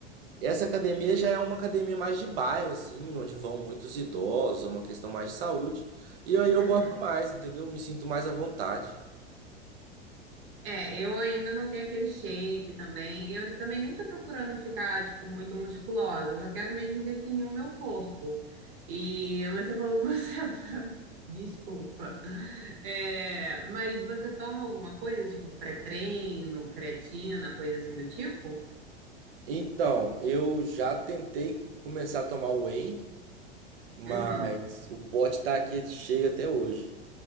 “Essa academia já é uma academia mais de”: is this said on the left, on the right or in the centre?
Right